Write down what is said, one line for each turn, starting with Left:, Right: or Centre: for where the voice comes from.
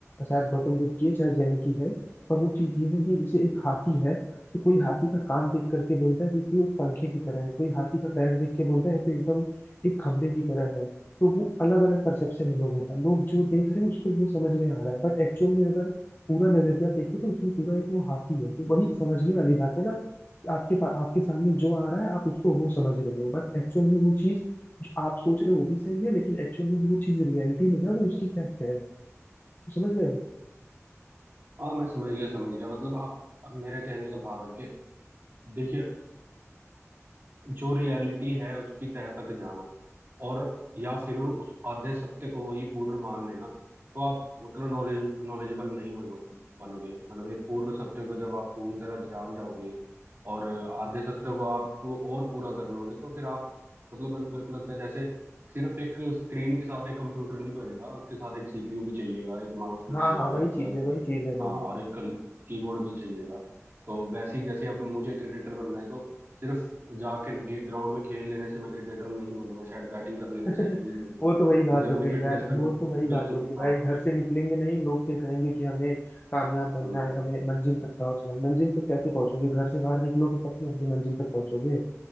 Left: शायद गौतम बुद्ध की है चाहे जैन की है पर वो चीज ये है कि जैसे एक हाथी है तो कोई हाथी का कान देख करके बोलता है कि वो एक पंखे की तरह है कोई हाथी का पैर देख के बोलता है तो एकदम एक खंबे की तरह है तो वो अलग अलग परसेप्शन है लोगों का लोग जो देख रहे हैं उसको वो समझ में आ रहा है बट एक्चुअल में अगर पूरा नजरिया देखे तो उसमें पूरा एक वो हाथी है जो वही समझने वाली बात है ना कि आपके पा, आपके सामने जो आ रहा है आप उसको वो समझ रहे हो बट एक्चुअल में वो चीज जो आप सोच रहे हो वो भी सही है लेकिन एक्चुअल में जो वो चीज रियलिटी में है वो उसकी फैक्ट है तो समझ रहे हो
Right: हाँ मैं समझ गया समझ गया मतलब आप अब मेरे कहने का भाव है कि देखिए जो रियलिटी है उसकी तह तक जाना और या फिर उस आधे सत्य को ही पूर्ण मान लेना तो आप उतना नॉलेज नॉलेजेबल नहीं बनो बनोगे मतलब एक पूर्ण सत्य को जब आप पूरी तरह जान जाओगे और आधे सत्य को आप और पूरा कर लोगे तो फिर आप मतलब मेरे मेरे को लगता है जैसे सिर्फ एक स्क्रीन के साथ एक कंप्यूटर नहीं बनेगा उसके साथ एक सीपीयू भी चाहिएगा एक माउस भी
Left: हाँ
Right: चाहिएगा
Left: हाँ वही
Right: एक
Left: चीज है वही चीज है भाई
Right: हाँ और एक कल कीबोर्ड भी चाहिएगा तो वैसे ही जैसे अब मुझे क्रिकेटर बनना है तो सिर्फ जाकर ग्राउंड में खेल लेने से मैं क्रिकेटर नहीं बनूंगा शायद बैटिंग कर लेने
Left: <laughs>
Right: से ही नहीं बनूंगा
Left: वो तो वही बात
Right: मुझे अपनी
Left: हो गई
Right: फिटनेस
Left: यार
Right: पे
Left: वो तो वही
Right: बिल्कुल
Left: बात हो गई
Right: हाँ
Left: भाई घर से निकलेंगे नहीं लोग फिर कहेंगे कि हमें कामयाब बनना
Right: हम्म
Left: है हमें मंजिल तक पहुंचना है मंजिल तक कैसे पहुंचोगे घर से बाहर निकलोगे तब तो अपनी मंजिल तक पहुंचोगे